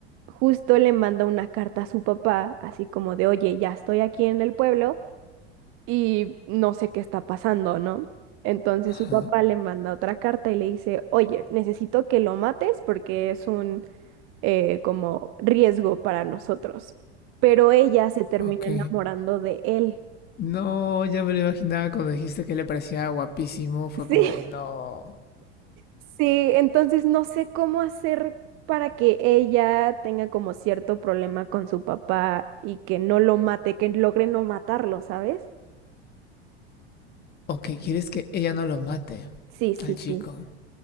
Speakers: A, on the right (about 40°); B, on the left (about 30°).
A: Justo le manda una carta a su papá, así como de, oye, ya estoy aquí en el pueblo y no sé qué está pasando, ¿no? Entonces
B: Ajá,
A: su papá le manda otra carta y le dice, oye, necesito que lo mates porque es un eh, como riesgo para nosotros. Pero ella se termina
B: ok.
A: enamorando de él.
B: No, ya me lo imaginaba cuando dijiste que le parecía guapísimo. Fue
A: Sí.
B: como, no.
A: <laughs> Sí, entonces no sé cómo hacer para que ella tenga como cierto problema con su papá y que no lo mate, que logre no matarlo, ¿sabes?
B: Ok, ¿quieres que ella no lo mate
A: Sí, sí,
B: al chico?
A: sí.